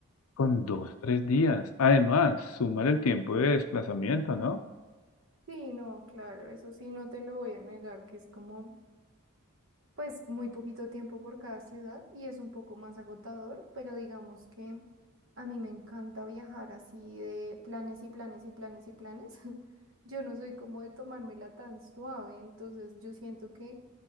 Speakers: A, on the left; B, on the right.
A: con dos, tres días. Además, sumar el tiempo de desplazamiento, ¿no?
B: Sí, no, claro, eso sí, no te lo voy a negar, que es como... pues muy poquito tiempo por cada ciudad y es un poco más agotador, pero digamos que a mí me encanta viajar así de planes y planes y planes y planes. <laughs> Yo no soy como de tomármela tan suave, entonces yo siento que